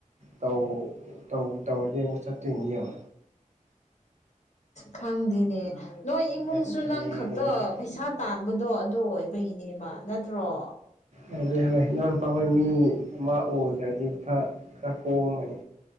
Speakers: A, on the right; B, on the left.
A: ꯇꯧ ꯇ ꯇꯅꯤ ꯑꯕꯁ ꯇꯦꯡꯅꯤ ꯌꯥꯝ
B: ꯈꯪꯗꯅꯦ ꯅꯣꯏ ꯏꯃꯨꯡꯁꯨ
A: ꯌꯥꯗ꯭ꯔꯦ
B: ꯅꯪ ꯈꯛꯇ ꯄꯩꯁꯥ ꯇꯥꯟꯕꯗꯣ ꯑꯗꯨ ꯑꯣꯏꯕꯒꯤꯅꯦꯕ ꯅꯠꯇ꯭ꯔꯣ ꯍ
A: ꯑꯗꯨꯗꯤ ꯍꯣꯏ ꯏꯅꯥꯎ ꯅꯨꯄꯥ ꯍꯣꯏ ꯃꯤ ꯑꯃ ꯑꯣꯏꯗ꯭ꯔꯔꯗꯤ ꯂꯨ ꯈꯔ ꯈꯔ ꯀꯣꯑꯝꯕꯅꯤ